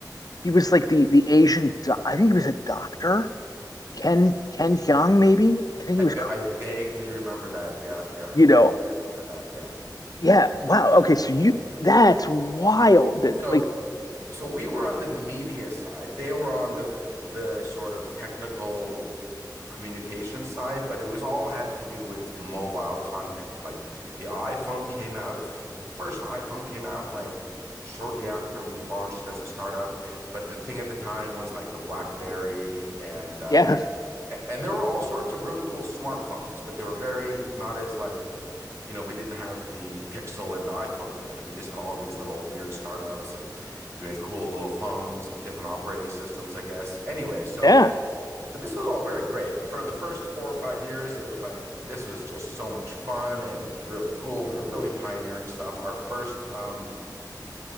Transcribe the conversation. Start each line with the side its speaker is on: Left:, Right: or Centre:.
Left: he was like the the Asian. Do- I think he was a doctor. Ken Ken Hyung maybe. I think
Right: I
Left: he was.
Right: va-
Left: Korean.
Right: I vaguely remember that. Yeah, yeah,
Left: You
Right: I vaguely
Left: know.
Right: remember that. Yeah.
Left: Yeah. Wow. Okay. So you that's wild. That-
Right: So
Left: Like
Right: so we were on the media side. They were on the the sort of technical communication side, but it was all had to do with mobile content. Like the iPhone came out, if the first iPhone came out like shortly after we launched as a startup, but the thing at the time was like the BlackBerry and uh
Left: yeah
Right: a- and there were all sorts of really cool smartphones, but they were very not as like, you know, we didn't have the Pixel and the iPhone yet. We just had all these little weird startups and doing cool little phones with different operating systems, I guess. Anyway, so
Left: yeah.
Right: so this was all very great. For the first four or five years, it was like this was just so much fun and was really cool. We were really pioneering stuff. Our first um